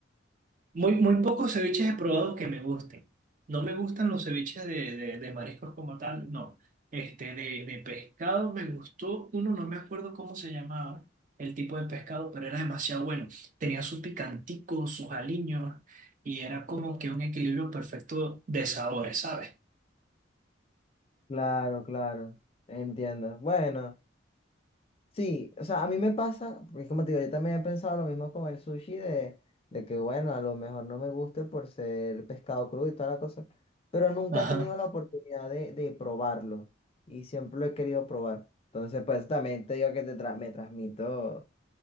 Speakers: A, on the right; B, on the left.
A: Muy, muy pocos ceviches he probado que me gusten. No me gustan los ceviches de, de, de mariscos como tal, no. Este, de, de pescado me gustó uno, no me acuerdo cómo se llamaba el tipo de pescado, pero era demasiado bueno. Tenía su picantico, sus aliños, y era como que un equilibrio perfecto de sabores, ¿sabes?
B: claro, claro, entiendo. Bueno. Sí, o sea, a mí me pasa, porque como te digo, yo también he pensado lo mismo con el sushi de, de que, bueno, a lo mejor no me guste por ser pescado crudo y toda la cosa, pero nunca
A: Ajá.
B: he tenido la oportunidad de, de probarlo y siempre lo he querido probar. Entonces, pues también te digo que te tra- me transmito